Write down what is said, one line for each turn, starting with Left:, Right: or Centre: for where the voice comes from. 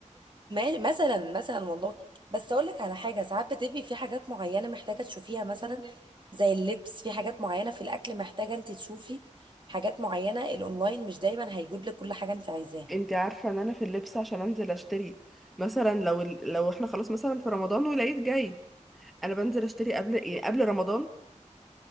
Right: ما- مثلا مثلا والله بس اقول لك على حاجه ساعات بتبقي في حاجات معينه محتاجه تشوفيها مثلا زي اللبس في حاجات معينه في الاكل محتاجه انت تشوفي حاجات معينه الاونلاين مش دايما هيجيب لك كل حاجه انت عايزاها
Centre: انت عارفه ان انا في اللبس عشان انزل اشتري مثلا لو ال- لو احنا خلاص مثلا في رمضان والعيد جاي انا بنزل اشتري قبل ايه قبل رمضان